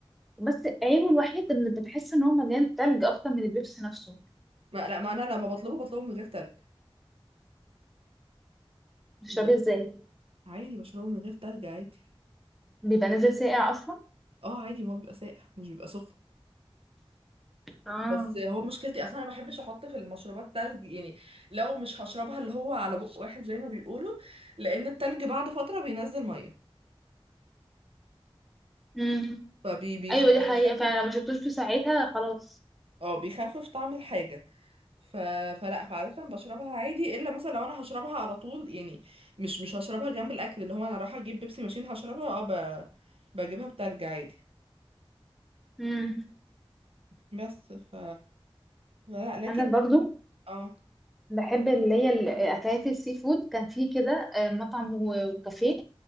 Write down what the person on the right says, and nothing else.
ما لا ما انا لما بطلبه بطلبه من غير تلج
ب-
عادي بشربه من غير تلج عادي
اه عادي ما هو بيبقى ساقع مش بيبقى سخن
بس هو مشكلتي اصلا انا ما بحبش احط في المشروبات تلج يعني لو مش هشربها اللي هو على بق واحد زي ما بيقولوا لان التلج بعد فتره بينزل ميه
فبيخفف
اه بيخفف طعم الحاجه ف... فلا فعاده بشربها عادي الا مثلا لو انا هشربها على طول يعني مش مش هشربها جنب الاكل اللي هو انا رايحه اجيب بيبسي ماشين هشربها اه ب... بجيبها بتلج عادي
بس ف لا لكن
اه